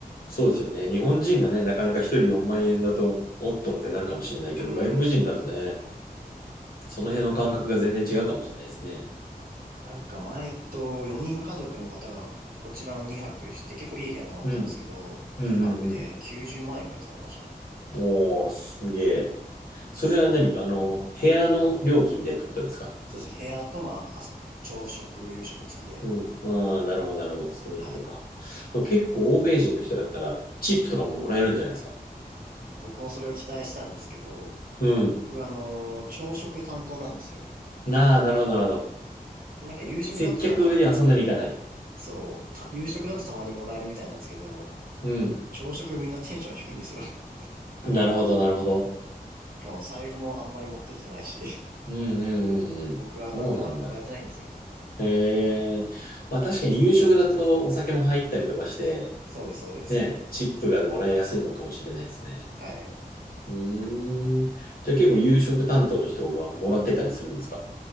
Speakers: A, on the left; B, on the right.
A: そうですよね。日本人がね、なかなか一人4万円だと、おっとってなるかもしれないけど、
B: うーん。
A: 外国人だとね、その辺の感覚が全然違うかもしれないですね。
B: なんか前、えっと、4人家族の方がこちらの2泊して、結構いい部屋泊まったんですけど、
A: うん。うんうんうん。
B: 2泊で90万円くらい使ってましたね。
A: おー、すげえ。それは何あの、
B: すごい。
A: 部屋の料金でってことですか
B: そうです。部屋と、まあ、あ朝食、夕食付きで。
A: うん。ああ、なるほど、なるほど。そういうことか。
B: はい。
A: でも結構欧米人の人だったら、チップとかももらえるんじゃないですか。
B: 僕もそれを期待したんですけど、
A: うん。
B: 僕、あの、朝食担当なんですよ。
A: なあ、なるほど、なるほど。
B: で、なんか夕食だとなんか、
A: 接客で遊んでに行かない。
B: そう、た夕食だとたまにもらえるみたいなんですけど、
A: うん。
B: 朝食みんなテンション低いんですよ。<laughs>
A: なるほど、なるほど。
B: あの財布もあんまり持ってきてないし、<laughs>
A: うん、うん、うん、
B: 僕はなんでまだもらえてないんですよ。
A: うん。そうなんだ。へえ。まあ確かに夕食だとお酒も入ったりとかして、
B: そうです、そうです。
A: ね、チップがもらいやすいのかもしれないですね。
B: はい。
A: うーん。じゃあ結構夕食担当の人がもらってたりするんですか